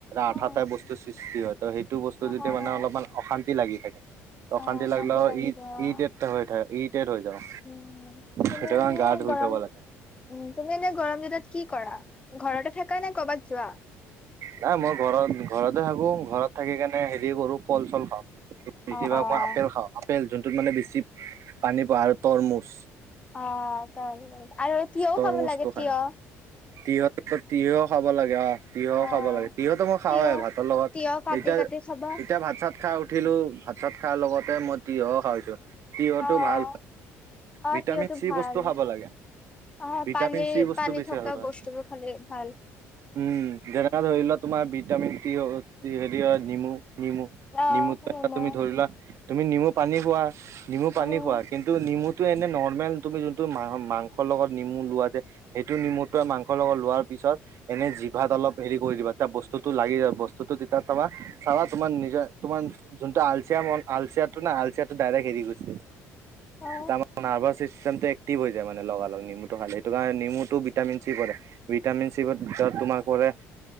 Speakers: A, on the left (about 20°); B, on the right (about 55°).
A: অ'
B: আঠা টাইপ বস্তুৰ সৃষ্টি হয় ত সেইটো বস্তু যদি
A: হয়
B: মানে
A: হয়।
B: অলপমান অশান্তি লাগি থাকে- অশান্তি
A: অ',
B: লাগিলে
A: লাগি
B: ই
A: যায় অ',
B: ইৰিটেড হৈ থাক ইৰিটেড হৈ যাওঁ
A: উম, তুমি
B: সেইটোকাৰনে‌
A: এনে
B: গা ধুই
A: গৰম
B: থব লাগে।
A: উম তুমি এনে গৰম দিনত কি কৰা ঘৰতে থাকা নে কৰ'বাত যোৱা?
B: নাই মই ঘৰত ঘৰতে থাকো ঘৰত থাকি কেনে হেৰি কৰো ফল চল খাওঁ। বেছি
A: অ',
B: ভাগ
A: অ'।
B: মই আপেল খাওঁ আপেল যোনটোত মানে বেছি পানী পাও আৰু তৰমুজ।
A: অ তৰমুজ আৰু তিয়হ
B: তৰমুজটো
A: খাব লাগে
B: খাই
A: তিয়হ।
B: তিয়হ তিয়হ খাব লাগে অ। তিয়হ
A: অ',
B: খাব লাগে তিয়হটো মই খাওঁয়ে
A: তিয়হ
B: ভাতৰ লগত
A: তিয়হ কাটি
B: এতিয়া
A: কাটি খাবা
B: এতিয়া ভাত চাত খাই উঠিলো ভাত চাত খোৱাৰ লগতে মই তিয়হ খাইছো। তিয়হতো
A: অ'।
B: ভাল
A: অ',
B: ভিটামিন
A: তিয়হটো
B: চি
A: ভাল
B: বস্তু খাব লাগে।
A: অ',
B: ভিটামিন
A: পানী
B: চি বস্তু
A: পানী
B: বেছি
A: থকা
B: খাব লাগে
A: বস্তুবোৰ খালে ভাল।
B: উম যেনে ধৰি ল তোমাৰ ভিটামিন চি‌ হেৰি নেমু নেমু
A: অ',
B: নেমু
A: নিমখ
B: তুমি ধৰিলোৱা। তুমি নেমু পানী খোৱা নেমু
A: উম
B: পানী খোৱা কিন্তু নেমু তে এনে নৰ্মেল তুমি যোনটো মা মাংসৰ লগত নেমু লোৱা যে সেইটো নেমুত। মাংস লগত লোৱাৰ পিছত এনে জিভাত অলপ হেৰি কৰি দিবা। তেতিয়া বস্তুটো লাগি যাব বস্তুটো তেতিয়া তাৰপা চাবা তোমাৰ নিজৰ তোমাৰ যোনটো আলচিয়া মন আলচিয়াটো না আলচিয়াটো ডাইৰেক্ট এৰি গৈছে
A: অ অ
B: এতিয়া আমাৰ নাৰ্ভছ চিষ্টেমটো এক্টিভ হৈ যায় মানে লগালগ নেমুটো খালে সেইটো কাৰণে নেমুটো ভিটামিন চি পৰে ভিটামিন চি ভিতৰত তোমাৰ পৰে